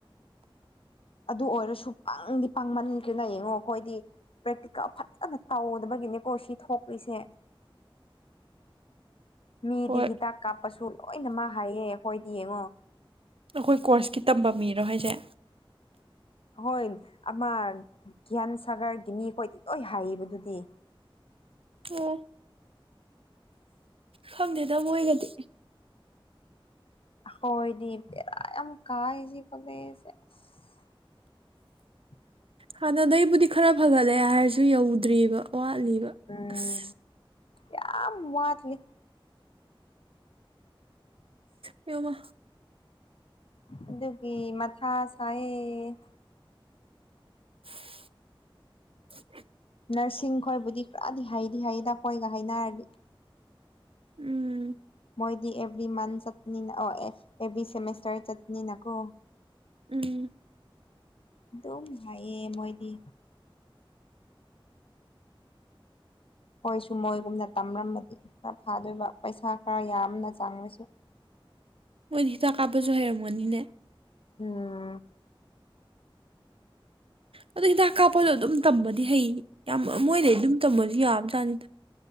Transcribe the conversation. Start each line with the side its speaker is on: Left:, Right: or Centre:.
Left: ꯑꯗꯨ ꯑꯣꯏꯔꯁꯨ ꯄꯪꯗꯤ ꯄꯪꯃꯟꯈ꯭ꯔꯦꯅ ꯌꯦꯡꯉꯣ ꯑꯩꯈꯣꯏꯗꯤ ꯄ꯭ꯔꯦꯛꯇꯤꯀꯜ ꯐꯖꯟꯅ ꯇꯧꯗꯕꯒꯤꯅꯦꯀꯣ ꯁꯤ ꯊꯣꯛꯂꯤꯁꯦ ꯃꯤꯗꯤ
Right: ꯍꯣꯏ
Left: ꯍꯤꯗꯥꯛ ꯀꯥꯞꯄꯁꯨ ꯂꯣꯏꯅꯃꯛ ꯍꯩꯌꯦ ꯍꯣꯏꯗꯤ ꯌꯦꯡꯉꯣ
Right: ꯑꯈꯣꯏ ꯀꯣꯔꯁꯀꯤ ꯇꯝꯕ ꯃꯤꯔꯣ ꯍꯥꯏꯁꯦ
Left: ꯍꯣꯏ ꯑꯃ ꯒ꯭ꯌꯥꯟ ꯁꯥꯒꯔꯒꯤ ꯃꯤꯈꯣꯏꯗꯤ ꯂꯣꯏ ꯍꯩꯕꯗꯨꯗꯤ
Right: ꯎꯝ ꯈꯪꯗꯦꯗ ꯃꯣꯏꯒꯗꯤ
Left: ꯍꯣꯏꯅꯦ ꯚꯦꯔ ꯌꯥꯝ ꯀꯥꯏꯌꯦ ꯁꯤ ꯀꯣꯂꯦꯖꯁꯦ ꯑꯁ <inaudible>
Right: ꯍꯥꯟꯅꯗꯩꯕꯨꯗꯤ ꯈꯔ ꯐꯒꯠꯂꯦ ꯍꯥꯏꯔꯁꯨ ꯌꯧꯗ꯭ꯔꯤꯕ ꯋꯥꯠꯂꯤꯕ
Left: ꯑꯝ
Right: ꯑꯁ
Left: ꯌꯥꯝ ꯋꯥꯠꯂꯤ
Right: ꯑꯥꯌꯣ ꯢꯃꯥ
Left: ꯑꯗꯨꯒꯤ ꯃꯊꯥ ꯁꯥꯢꯑꯦ
Right: <unintelligible>
Left: ꯅꯔꯁꯤꯡ ꯈꯣꯏꯕꯨꯗꯤ ꯄꯨꯔꯗꯤ ꯍꯩꯗꯤ ꯍꯩꯗ ꯈꯣꯢꯒ ꯍꯥꯏꯅꯔꯗꯤ
Right: ꯎꯝ
Left: ꯃꯣꯏꯗꯤ ꯑꯦꯕ꯭ꯔꯤ ꯃꯟ ꯆꯠꯅꯄꯅꯤꯅ ꯑꯦꯕ꯭ꯔꯤ ꯁꯦꯃꯤꯁꯇꯔ ꯆꯠꯄꯅꯤꯅꯀꯣ
Right: ꯎꯝ
Left: ꯑꯗꯨꯝ ꯍꯥꯏꯌꯦ ꯃꯣꯏꯗꯤ ꯈꯣꯏꯁꯨ ꯃꯣꯏꯒꯨꯝꯅ ꯇꯝꯂꯝꯕꯗꯤ ꯈꯔ ꯐꯥꯗꯧꯕ ꯄꯩꯁꯥ ꯈꯔ ꯌꯥꯝꯅ ꯆꯪꯉꯁꯨ
Right: ꯃꯣꯏꯗꯤ ꯍꯤꯗꯥꯛ ꯀꯥꯞꯄꯁꯨ ꯍꯩꯔꯝꯅꯤꯅꯦ
Left: ꯎꯝ
Right: ꯑꯗꯣ ꯍꯤꯗꯥꯛ ꯀꯥꯞꯄꯗꯣ ꯑꯗꯨꯝ ꯇꯝꯃꯗꯤ ꯍꯩ ꯌꯥꯝ ꯃꯣꯏꯗꯩ ꯑꯗꯨꯝ ꯇꯝꯃꯁꯨ ꯌꯥꯕ ꯖꯠꯅꯤꯗ